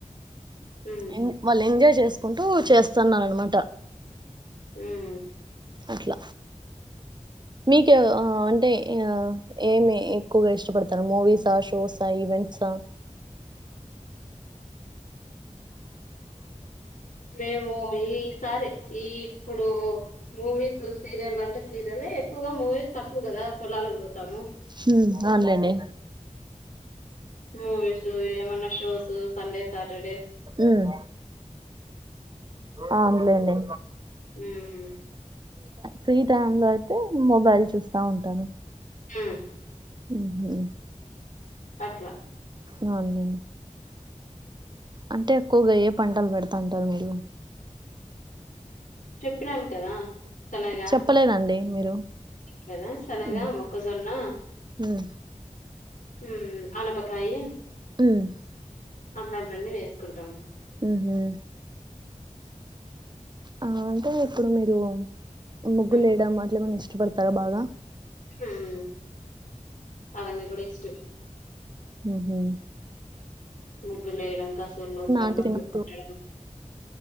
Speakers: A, on the left (about 85°); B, on the right (about 35°).
A: హ్మ్.
B: <unintelligible> వాళ్ళంగ చేసుకుంటూ చేస్తున్నారనమాట
A: ఉమ్
B: అట్ల మీకు ఆ అంటే ఆ ఏమి ఎక్కువగ ఇష్టపడతారు మూవీసా షోసా ఈవెంట్సా
A: మేము ఈ సారి ఈ ఇప్పుడూ మూవీస్ స్ సీరియల్ అంటె సీరియలే ఎక్కువగా మూవీస్ తక్కువ గదా పోలాలకి పోతాము
B: హ్మ ఆన్లైనే
A: మూవీసు ఏమన్న షోసూ సండే సాటర్డే
B: ఉమ్ ఆ ఉందిలేండి
A: హ్మ్.
B: ఫ్రీ టైమ్ లో అయితే మొబైల్ చూస్తా ఉంటాను
A: హ్మ
B: ఊహు
A: అట్లా
B: అవునండి అంటే ఎక్కువగ ఏ పంటలు పెడతాంటరు మీరు
A: చెప్పినాను కదా శనగ
B: చెప్పలేదండీ మీరు
A: కదా శనగా
B: ఉమ్,
A: మొక్కజొన్నా
B: ఉమ్,
A: హ్మ్మ్ అనపకాయి
B: ఉమ్,
A: అట్లాంటి వన్నీ వేస్త్ కుంటాం
B: ఉహు ఆ అంటే ఇప్పుడు మీరూ ముగ్గులేయడం
A: హ్మ్.
B: అట్ల ఏమన్న ఇష్ట ఇష్టపడతారా బాగా
A: ఉమ్ అవన్నీ గూడ ఇష్టమే
B: హ్మహు
A: ముగ్గులేయ డం కాస్త ఊర్ లో బొబ్బట్లు
B: అంటే చిన్నప్పుడు
A: తినడం